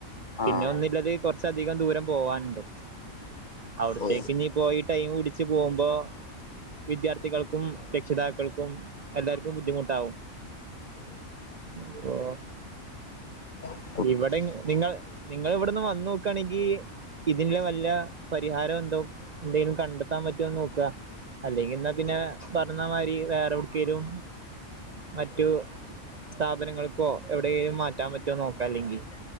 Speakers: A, on the right; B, on the left.
A: പിന്നെ
B: ആഹ്
A: ഒന്നില്ലത് കൊറച്ച് അധികം ദൂരം പോവാനുണ്ട്. അവിടത്തേക്ക്
B: ഓ
A: ഇനി പോയി ടൈം പിടിച്ച് പോകുമ്പോ വിദ്യാർ ഥികൾക്കും രക്ഷിതാക്കൾക്കും എല്ലാർക്കും ബുദ്ധിമുട്ടാവും. അപ്പൊ
B: ഉ
A: ഇവിടെ നിങ്ങൾ നിങ്ങൾ ഇവിടോന്ന് വന്ന് നോക്കയാണെങ്കിൽ ഇതിന് വല്ല പരിഹാരം എന്തോ ന്തെലും കണ്ടെത്താൻ പറ്റുമോന്ന് നോക്കുക അല്ലെങ്കിൽ എന്നാ പിന്നെ പറഞ്ഞാ മാതിരി. വേറെവിടെക്കേലും മറ്റു സ്ഥാപനങ്ങൾക്കോ എവിടെലും മാറ്റാൻ പറ്റോ നോക്കാ അല്ലെങ്കിൽ